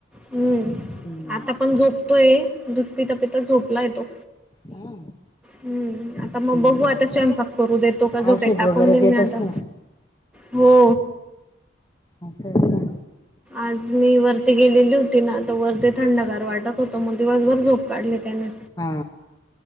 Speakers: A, in the centre; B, on the left (about 20°).
A: हम्म
B: हम्म
A: आता पण झोपतोय दूध पिता पिता झोपलाय तो
B: हा
A: हम्म आता
B: हम्म
A: मग बघू आता स्वयंपाक करू देतो का झोक्यात
B: औषध
A: टाकून
B: वगैरे
A: देईन
B: देत
A: मी आता
B: असणार
A: हो
B: असय का?
A: आज मी वरती गेलेली होती ना तर वरती थंडगार वाटत होत मग दिवसभर झोप काढली त्याने
B: हा